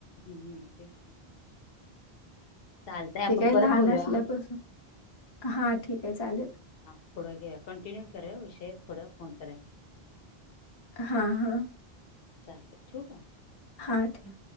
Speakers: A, on the left; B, on the left.
A: हम्मम तेच. चालतंय आपण
B: ते ज्या
A: परत
B: लहान
A: बोलूया
B: असल्यापासून
A: हा.
B: हा ठीक आहे चालेल.
A: ह पुढं घे कंटिन्यू कराव विषय पुढं फोन कराव.
B: हा हा
A: चालते ठेवु काय?
B: हां ठेवा.